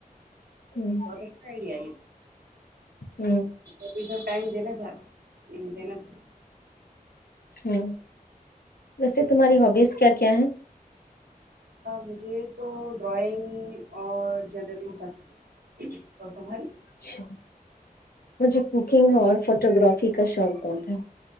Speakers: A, on the left; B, on the right.
A: ہ
B: بہتت آئیڈیا آ
A: ہوں
B: ابھی ٹائم دنے چاہ ہ دنا چ
A: ہ ویسے تمہاری ہوبیز کیا کیا ہیں
B: مجھے تو ڈرائنگ اور جنرلی پسند ہے اور تمہاری
A: اچھا مجھے کوکنگ اور فوٹو گرافی کا شوق بہت ہے